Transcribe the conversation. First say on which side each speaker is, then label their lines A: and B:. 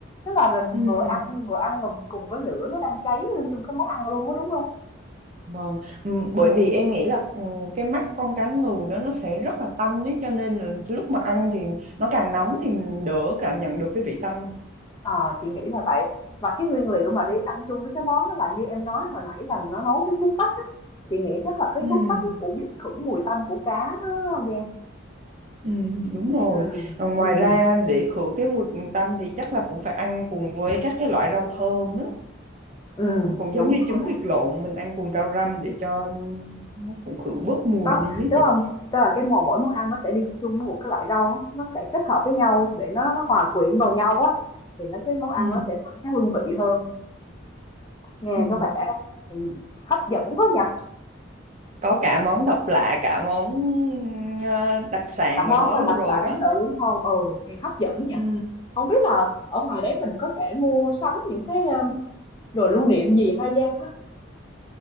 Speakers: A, on the left; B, on the right.
A: Tức là mình
B: Ừm,
A: vừa ăn vừa ăn cùng cùng với lửa nó đang cháy lên trong cái món ăn luôn á đúng không?
B: vâng Ừm, bởi
A: Ừ.
B: vì em nghĩ là ừm, cái mắt con cá ngừ đó nó sẽ rất là tanh ấy cho nên là lúc mà ăn thì nó càng nóng thì mình đỡ cảm nhận được cái vị tanh
A: Ờ, chị nghĩ là vậy. Và cái nguyên liệu mà đi ăn chung với cái món đó là như em nói hồi nãy là nó nấu với thuốc bắc á. Chị nghĩ chắc là cái
B: Ừm.
A: thuốc bắc nó cũng giúp khử mùi tanh của cá đó Giang.
B: Ừ, đúng rồi.
A: Ừ.
B: Ờ, Ngoài
A: Ừ.
B: ra để khử cái mùi tanh thì chắc là cũng phải ăn cùng với các cái loại rau thơm á,
A: Ừ,
B: cũng
A: đúng
B: giống như trứng
A: rồi đó.
B: vịt lộn mình ăn cùng rau răm để cho nó cũng khử bớt mùi
A: Đó,
B: đi á
A: đúng
B: chị.
A: không? Tức là cái mỗi mỗi món ăn nó sẽ đi chung với một cái loại rau á, nó sẽ kết hợp với nhau để nó nó hòa quyện vào nhau á thì nó cái món ăn
B: Ừ,
A: nó sẽ tăng cái hương vị hơn. Nghe
B: ừ.
A: có vẻ, ừm, hấp dẫn quá nhỉ?
B: Có cả món độc lạ, cả món ờ, đặc sản
A: Cả món
B: ở đó
A: là
B: luôn
A: đặc
B: rồi
A: sản
B: đó.
A: nữa đúng hông? Ừ, thì hấp dẫn nhỉ.
B: Ừ.
A: không biết là ở ngoài đấy mình có thể mua sắm những cái, a, đồ lưu niệm gì ha Giang ha?